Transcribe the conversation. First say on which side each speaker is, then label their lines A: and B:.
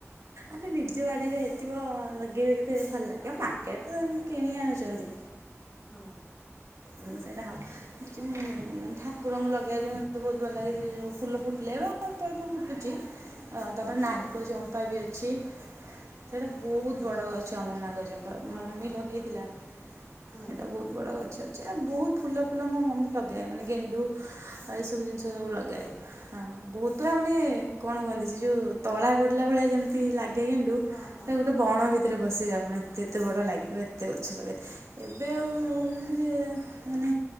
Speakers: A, on the right (about 75°); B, on the left (about 60°).
A: ଆରେ ନିଜ ବାଡ଼ିରେ ହେଇଥିବ ଲଗେଇବେ କେତେ ଭଲ ଲାଗିବ
B: ହଁ
A: ମାର୍କେଟ୍
B: ହଁ
A: ତ ଏମିତି କିଣି ଆଣୁଛନ୍ତି।
B: ହଁ
A: <unintelligible> ସେଟା ହବ <unintelligible> ଠାକୁରଙ୍କୁ ଲଗେଇବାକୁ ମତେ ବହୁତ ଭଲ ଲାଗେ ସେ ଯୋଉ ଫୁଲ ଫୁଟିଲେ। <unintelligible> ଅଳ୍ପ ଅଳ୍ପ ଫୁଟୁଛି ଅ ତାପରେ
B: ହଁ
A: ନାଗଚମ୍ପା ବି ଅଛି। ସେଇଟା ବହୁତ
B: ଆଚ୍ଛା।
A: ବଡ଼ ଗଛ ଆମର ନାଗଚମ୍ପା
B: ହଁ
A: ମମି
B: ହଁ
A: ଲଗେଇଥିଲା
B: ହୁଁ
A: ସେଇଟା ବହୁତ ବଡ଼ ଗଛ ଅଛି ଆ ବହୁତ ଫୁଲ ଫୁଲ ମୋ ମମି ଲଗାଏ ମାନେ ଗେଣ୍ଡୁ ଆଉ ଏଇସବୁ ଜିନିଷ ସବୁ ଲଗାଏ। ହଁ ବହୁତୁରା ମାନେ କଣ କୁହନ୍ତି ସେ ଯୋଉ ତଳା ପଡ଼ିଲା ଭଳିଆ ଯେମିତି ଲାଗେ। <unintelligible> <unintelligible>
B: ହଁ ହଁ
A: ଗୋଟେ ବଣ ଭିତରେ ବସିବେ ଆପଣ ଏତେ ଏତେ ବଡ଼ ଲାଗିବେ ଏତେ ଗଛ ଲଗେଇ ଥିଲେ ଏବେ ଆଉ <unintelligible> ମାନେ